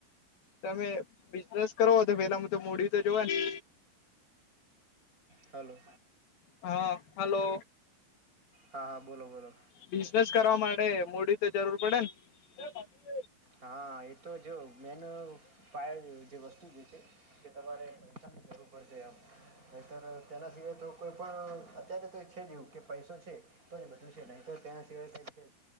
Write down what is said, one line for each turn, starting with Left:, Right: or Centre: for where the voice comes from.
Left: તમે બિઝનેસ કરો તો પેલામાં તો મુડી તો જોવા ને
Right: હલો
Left: હા હલો
Right: હા હા બોલો બોલો
Left: બિઝનેસ કરવા માટે મૂડી તો જરૂર પડે ને તો
Right: હા એ તો જો મેન પાય જે વસ્તુ જે છે. કે તમારે પૈસાની જરૂું પડશે આમ નહીંતર તેના સિવાય તો કોઈ પણ અત્યારે તો છે જે એવું કે પૈસો છે તો બધું છે નહી તો ત્યાં સિવાય કઈ છે